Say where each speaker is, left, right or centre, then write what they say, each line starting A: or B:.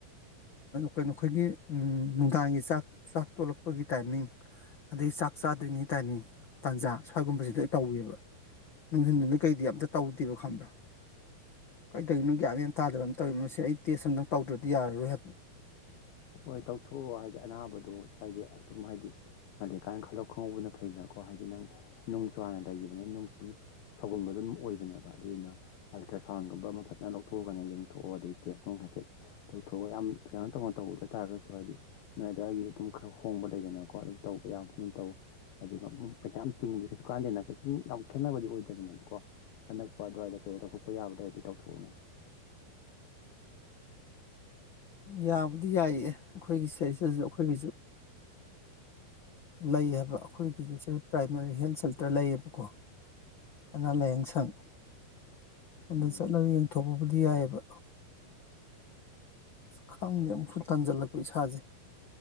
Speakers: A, on the left (about 40°); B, on the left (about 70°).
A: ꯀꯩꯅꯣ ꯑꯈꯣꯏꯒꯤ ꯎꯝ ꯅꯨꯡꯗꯥꯡꯒꯤ ꯆꯥꯛ ꯆꯥꯛ ꯇꯣꯂꯛꯄꯒꯤ ꯇꯥꯏꯃꯤꯡ ꯑꯗꯩ ꯆꯥꯛ ꯆꯥꯗ꯭ꯔꯤꯉꯩ ꯇꯥꯏꯃꯤꯡ ꯇꯥꯟꯖꯥ ꯁ꯭ꯋꯥꯏꯒꯨꯝꯕꯁꯤꯗ ꯇꯧꯋꯦꯕ꯫ ꯅꯨꯡꯊꯤꯟꯗꯗꯤ ꯀꯩꯗꯤ ꯑꯝꯇ ꯇꯧꯗꯦꯕ ꯈꯪꯕ꯭ꯔꯥ ꯀꯩꯗꯧꯏꯅꯣ ꯒ꯭ꯌꯥꯟꯃꯦꯟ ꯑꯃ ꯇꯥꯗꯕ ꯑꯃ ꯇꯧꯋꯤ ꯃꯁꯤ ꯑꯩ ꯇꯦꯁ ꯑꯝꯇꯪ ꯇꯧꯗ꯭ꯔꯗꯤ ꯌꯥꯔꯔꯣꯏ ꯍꯥꯏꯕ꯫
B: ꯍꯣꯏ ꯇꯧꯊꯣꯛꯑꯣ ꯍꯥꯏꯗꯤ ꯑꯅꯥꯕꯗꯨ ꯍꯥꯏꯗꯤ ꯑꯗꯨꯨꯝ ꯍꯥꯏꯗꯤ__ ꯉꯂꯤ ꯀꯥꯟ ꯈꯜꯂꯧ ꯈꯪꯍꯧꯕꯅ ꯐꯩꯅꯀꯣ ꯍꯥꯏꯗꯤ ꯅꯪ ꯅꯨꯡꯁꯨ ꯍꯥꯟꯅ ꯂꯩꯒꯤꯕꯅꯤꯅ ꯅꯨꯡꯁꯨꯝ ꯁꯧꯒꯟꯕꯗꯣ ꯑꯗꯨꯝ ꯑꯣꯏꯕꯅꯦꯕ ꯑꯗꯨꯗꯨꯅ ꯑꯜꯇ꯭ꯔ ꯁꯥꯎꯟꯒꯨꯝꯕ ꯑꯃ ꯐꯖꯅ ꯂꯧꯊꯣꯛꯑꯒꯅ ꯌꯦꯡꯊꯣꯛꯑꯣ ꯑꯗꯩ ꯇꯦꯁ ꯅꯣꯡ ꯍꯥꯏꯐꯦꯠ ꯇꯧꯊꯣꯛꯑꯒ ꯌꯥꯝ ꯀꯩꯅꯣ ꯇꯧꯅ ꯇꯧꯕꯗ ꯍꯥꯏ ꯇꯥꯔꯒꯁꯨ ꯍꯥꯏꯗꯤ ꯅꯣꯏ ꯑꯗꯨꯋꯥꯢꯒꯤ ꯑꯗꯨꯝ ꯈꯔ ꯍꯣꯡꯕ ꯂꯩꯗꯅꯀꯣ ꯑꯗꯨꯝ ꯇꯧꯕ ꯌꯥꯕ ꯃꯐꯝ ꯇꯧ ꯍꯥꯢꯗꯤ ꯄꯩꯁꯥ ꯌꯥꯝ ꯇꯤꯡꯕꯗ ꯀꯩꯁꯨ ꯀꯥꯟꯗꯦꯅ ꯁꯨꯝ ꯌꯥꯝ ꯈꯦꯠꯅꯕꯗꯤ ꯑꯣꯏꯗꯕꯅꯦꯕꯀꯣ ꯑꯅꯛꯄ ꯑꯗꯨꯋꯥꯏꯗ ꯀꯩꯟ ꯇꯧꯊꯣꯛꯄ ꯌꯥꯕ ꯂꯩꯔꯗꯤ ꯇꯊꯣꯛꯎꯅꯦ꯫ <inaudible>
A: ꯌꯥꯕꯨꯗꯤ ꯌꯥꯏꯌꯦ ꯑꯩꯈꯣꯏꯒꯤ ꯁꯤꯁꯤꯗꯁꯨ ꯑꯩꯈꯣꯏꯒꯤꯁꯨ ꯂꯩ ꯍꯥꯏꯕ ꯑꯩꯈꯣꯏꯒꯤ <unintelligible> ꯄ꯭ꯔꯥꯏꯃꯥꯔꯤ ꯍꯦꯜꯠ ꯁꯦꯟꯇꯔ ꯂꯩꯌꯦꯕꯀꯣ ꯑꯅꯥ ꯂꯥꯏꯌꯦꯡꯁꯪ ꯑꯗꯨꯗ
B: ꯎꯝ
A: ꯆꯠꯂꯒ ꯌꯦꯡꯊꯣꯛꯄꯕꯨꯗꯤ ꯌꯥꯏꯌꯦꯕ꯫ ꯑꯁ ꯈꯪꯗꯦ ꯑꯃꯨꯛꯁꯨ ꯇꯥꯟꯖꯜꯂꯛꯄ ꯏꯁꯥꯁꯦ꯫